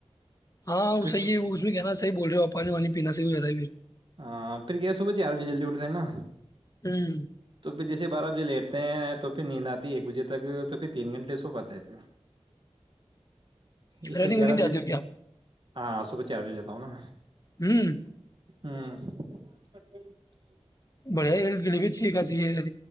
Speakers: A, on the left; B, on the right.
A: ہاں وہ
B: پھر
A: صحی ہے اس میں کہنا صح بول رہے ہو آپ پانی وانییناا سے بھی جاتا ہے پھر
B: ہاں پھر کیا صبح چار بجے جل ج اٹھتے ہیں نا
A: ہوں
B: تو پھر جیسے بارہ بجے لیٹتے ہیں تو پھر نیند آتی ہے ایک بجے تک تو پھر تین گھنٹے سو پاتے ہیں پھر اس
A: رنگ
B: لیے گیارہ
A: ونگ
B: بجے
A: جاتی ہو کیا آپ
B: ہاں صوبح چارجے جتا ہوں نا
A: ہوں
B: ہوں
A: بڑھیا ہی گلی بھی چییکا چاہے